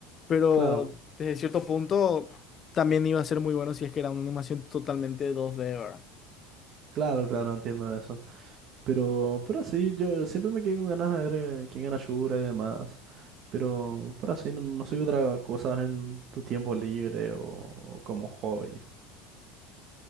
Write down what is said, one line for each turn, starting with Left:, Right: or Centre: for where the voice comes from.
Left: Pero
Right: Claro,
Left: desde cierto punto también iba a ser muy bueno si es que era una animación totalmente 2D, ¿verdad?
Right: claro, claro, entiendo eso. Pero, pero sí, yo siempre me quedé con ganas de ver eh, quién era Shura y demás. Pero, pero así, no, no sé qué otra cosa en tu tiempo libre o como hobby.